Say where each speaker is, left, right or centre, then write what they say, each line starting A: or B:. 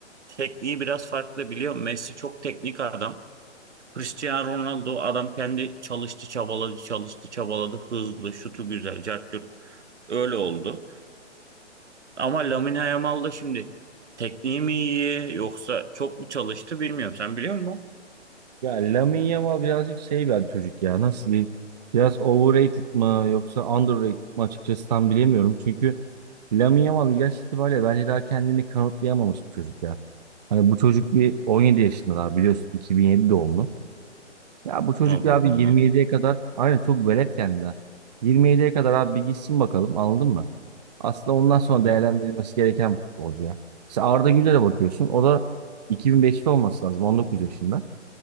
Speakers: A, on the right; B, on the right.
A: tekniği biraz farklı biliyor musun? Messi çok teknik adam. Cristiano Ronaldo adam kendi çalıştı çabaladı çalıştı çabaladı hızlı şutu güzel cart curt öyle oldu. Ama Lamine Yamal da şimdi tekniği mi iyi yoksa çok mu çalıştı bilmiyorum. Sen biliyor musun?
B: Ya Lamine Yamal birazcık şey bir çocuk ya nasıl diyeyim? Biraz overrated mı yoksa underrated mı açıkçası tam bilemiyorum. Çünkü Lamine Yamal yaş itibariyle bence daha kendini kanıtlayamamış bir çocuk ya. Hani bu çocuk bir 17 yaşında daha biliyorsun 2007 doğumlu. Ya bu çocuk
A: Aa
B: ya
A: baba.
B: abi 27'ye kadar aynen çok velet yani daha. 27'ye kadar abi bir gitsin bakalım anladın mı? Aslında ondan sonra
A: Hı hı.
B: değerlendirilmesi gereken bir futbolcu ya. Mesela Arda Güler'e bakıyorsun o da 2005'te olması lazım 19 yaşında.